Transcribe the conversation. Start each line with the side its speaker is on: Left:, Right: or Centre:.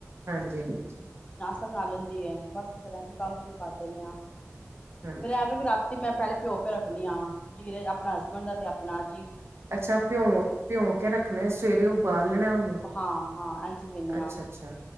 Right: ਹਾਂਜੀ, ਹਾਂਜੀ।
Left: ਸ਼ਤਾ ਬਨਾ ਲੈਂਦੀ ਹੈ, ਬਸ ਫੇਰ ਏਂਜ ਕੰਮ ਸ਼ੁਰੂ ਕਰ ਦਿੰਦੇ ਆ।
Right: ਹਾਂਜੀ,
Left: ਫੇਰ ਐ ਵੇ ਕਿ ਰਾਤੀ ਮੈਂ ਪਹਿਲੇ <unintelligible> ਭਿਗੋ ਕੇ ਰੱਖਣੀ ਆ ਜੀਰੇ ਚ ਅਪਣਾ ਹਸਬੈਂਡ ਤੇ ਅਪਣਾ
Right: ਅੱਛਾ ਭਿਉਂ ਭਿਉਂ ਕੇ ਰੱਖਣਾ ਸਵੇਰੇ ਉਬਾਲ ਲੇਨਾ ਉਹਨੂੰ
Left: ਹਾਂ ਹਾਂ ਇੰਝ ਪਿਨੇ
Right: ਅੱਛਾ-ਅੱਛਾ
Left: ਆ।